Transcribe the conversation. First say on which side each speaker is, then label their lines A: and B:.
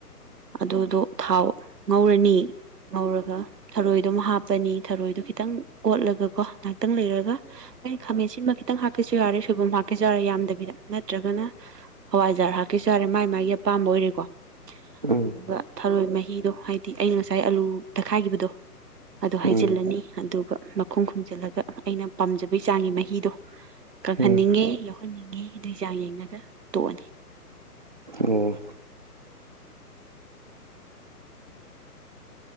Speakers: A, on the right (about 80°); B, on the right (about 30°).
A: ꯑꯗꯨꯗꯣ ꯊꯥꯎ ꯉꯧꯔꯅꯤ ꯉꯧꯔꯒ ꯊꯔꯣꯏ ꯑꯗꯨꯝ ꯍꯥꯞꯄꯅꯤ ꯊꯔꯣꯏꯗꯣ ꯈꯤꯇꯪ ꯑꯣꯠꯂꯒꯀꯣ ꯉꯥꯏꯍꯥꯛꯇꯪ ꯂꯩꯔꯒ ꯑꯩꯈꯣꯏ ꯈꯥꯃꯦꯟꯁꯤꯃ ꯈꯤꯇꯪ ꯍꯥꯞꯀ ꯍꯥꯁꯨ ꯌꯥꯔꯦ ꯁꯣꯏꯕꯨꯝ ꯍꯥꯞꯀꯦꯁꯨ ꯌꯥꯔꯦ ꯌꯥꯝꯗꯕꯤꯗ ꯅꯠꯇ꯭ꯔꯒꯅ ꯍꯋꯥꯏꯖꯥꯔ ꯍꯥꯞꯀꯦꯁꯨ ꯌꯥꯔꯦ ꯃꯥꯥꯏ ꯃꯥꯒꯤ ꯑꯄꯥꯝꯕ ꯑꯣꯏꯔꯦꯀꯣ
B: ꯎꯝ
A: ꯑꯗꯨꯒ ꯊꯔꯣꯏ ꯃꯍꯤꯗꯣ ꯍꯥꯏꯗꯤ ꯑꯩꯅ ꯉꯁꯥꯏ ꯑꯂꯨ ꯇꯛꯈꯥꯏꯈꯤꯕꯗꯣ ꯑꯗ ꯍꯥꯏꯖꯤꯜꯂꯅꯤ
B: ꯎꯝ
A: ꯑꯗꯨꯒ ꯃꯈꯨꯝ ꯈꯨꯝꯖꯤꯜꯂꯒ ꯑꯩꯅ ꯄꯥꯝꯖꯕꯩ ꯆꯥꯡꯒꯤ ꯃꯍꯤꯗꯣ
B: ꯎꯝ
A: ꯀꯪꯍꯟꯅꯤꯡꯉꯦ
B: ꯎꯝ
A: ꯌꯥꯎꯍꯟꯅꯤꯡꯉꯦ ꯑꯗꯨꯒꯤ ꯆꯥꯡ ꯌꯦꯡꯉꯒ ꯇꯣꯛꯑꯅꯤ
B: ꯑꯣ